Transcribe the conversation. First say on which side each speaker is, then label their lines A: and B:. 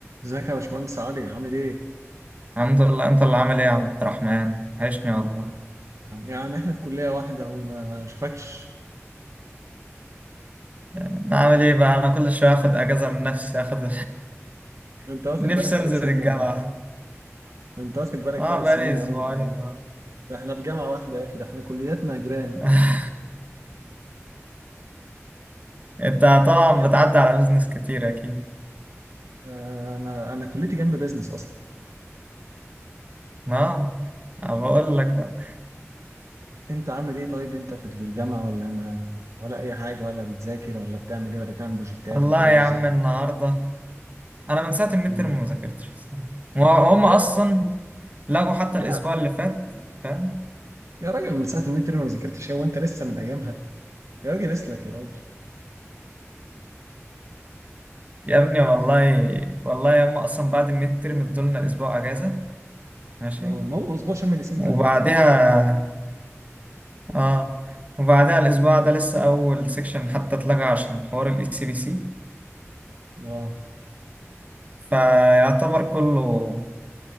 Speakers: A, on the right; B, on the right.
A: ازيك يا باشمهندس علي عامل ايه؟
B: الحمد لله انت اللي عامل ايه يا عبد الرحمن وحشني والله
A: يعني احنا في كلية واحدة وما شوفكش
B: انا عامل ايه بقى انا كل شويه اخد اجازه من نفسي اخد
A: انت
B: <laughs>
A: واخد
B: نفسي
A: بالك ثلاث
B: انزل
A: سنين
B: الجامعه
A: يا راجل انت واخد بالك
B: اه
A: ثلاث
B: بقالي
A: سنين يا
B: اسبوعين
A: راجل ايام
B: اه
A: ده احنا في جامعة واحدة يا اخي ده احنا كلياتنا جيران
B: <laughs> انت طبعا
A: يعني
B: بتعدي على بيزنس كتير اكيد
A: آه، انا انا كليتي جنب بيزنس اصلا
B: اه أنا بقول لك بقى
A: انت عامل ايه طيب انت في الجامعة ولا ما ولا اي حاجة ولا بتذاكر ولا بتعمل ايه ولا بتعمل بروجكتات
B: والله
A: ولا ايه
B: يا
A: بالظبط؟
B: عم النهارده انا من ساعه الميد
A: اه
B: تيرم ما ذاكرتش الصراحة. وهم
A: آه،
B: اصلا لغوا حتى الاسبوع
A: يا راجل
B: اللي فات فاهم
A: يا راجل من ساعة الميد تيرم ما ذاكرتش هو انت لسه من ايامها يا راجل اسلك يا راجل
B: <laughs> يا ابني والله والله هم اصلا بعد الميد تيرم ادولنا اسبوع اجازه ماشي
A: اه ما هو اسبوع شم النسيم
B: وبعدها
A: ده اجازة
B: اه وبعدها الاسبوع ده لسه اول سيكشن حتى اتلغى عشان حوار الاي سي بي سي
A: اه
B: فيعتبر كله